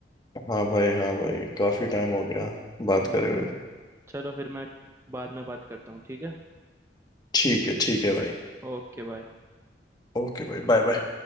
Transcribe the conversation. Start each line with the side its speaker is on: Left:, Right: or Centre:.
Left: हाँ भाई हाँ भाई काफ़ी टाइम हो गया बात
Right: हम्म
Left: करे हुए
Right: चलो फिर मैं बाद में बात करता हूँ ठीक है
Left: ठीक है ठीक है भाई
Right: ओके बाय
Left: ओके भाई Bye bye